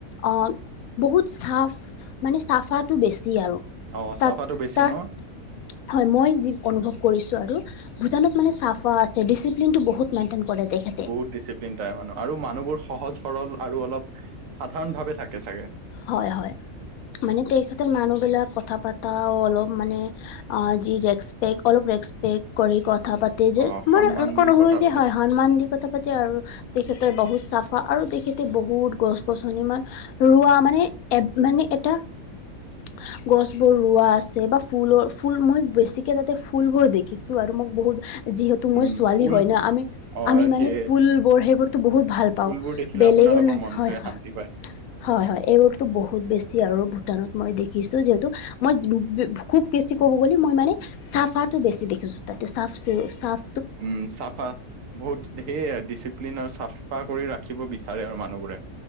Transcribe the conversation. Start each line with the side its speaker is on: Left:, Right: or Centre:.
Left: অ, বহুত চাফ মানে চাফাটো বেছি আৰু।
Right: অ চাফাটো
Left: তাত-তাৰ
Right: বেছি ন
Left: হয়, মই যি অনুভৱ কৰিছো আৰু। ভূটানত মানে চাফা আছে, ডিচিপ্লিনটো বহুত মেইনটেইন কৰে তেখে
Right: বহুত ডিচিপ্লিন তাৰে মানুহ, আৰু মানুহবোৰ সহজ-সৰল আৰু অলপ সাধাৰণ ভাৱে থাকে চাগে।
Left: হয়-হয়, মানে তেইখতে মানুহবিলাক কথা পতা অলপ মানে অ, যি ৰেকচপেক্ট অলপ ৰেকচপেক্ট কৰি কথা পাতে যে,
Right: অ সন্মান
Left: মানে এনেকুৱা
Right: দি
Left: নহলে
Right: কথা
Left: যে
Right: পাতে
Left: হয় হন্মান দি কথা পাতি আৰু তেখেতে বহুত চাফা, আৰু তেখেতে বহুত গছ-গছনি মান ৰোৱা মানে, এব মানে এটা <unintelligible> গছ বোৰ ৰোৱা আছে বা ফুলৰ, ফুল মই বেছিকে তাতে ফুলবোৰ দেখিছো আৰু মোক বহুত যিহেতু
Right: উম
Left: মই ছোৱালী
Right: ফুল
Left: হয় ন, আমি-আমি
Right: অ
Left: মানে
Right: সেয়ে
Left: পুলবোৰ সেইবোৰতো বহুত ভাল পাও,
Right: ফুলবোৰ দেখিলে
Left: বেলেগৰ
Right: আপোনালোকৰ
Left: <unintelligible>
Right: মনটোৱে শান্তি পায়
Left: হয়-হয়। এইবোৰতো বহুত বেছি আৰু ভূটানত মই দেখিছোঁ, যিহেতু মই <inaudible> খুব বেছি কব গ'লে মই মানে চাফাটো বেছি দেখিছো তাতে, চাফ-চ-চাফ
Right: উম, চাফা বহুত সেয়ে ডিচিপ্লিন আৰু চাফা কৰি ৰাখিব বিচাৰে আৰু মানুহবোৰে।